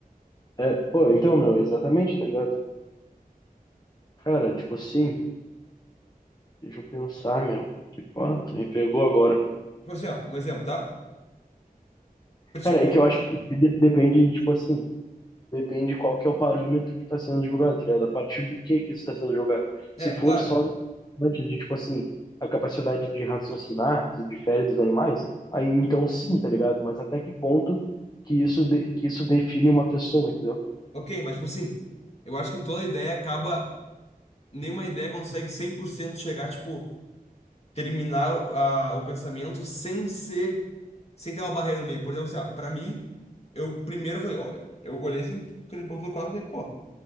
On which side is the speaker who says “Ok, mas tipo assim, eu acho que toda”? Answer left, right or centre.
Left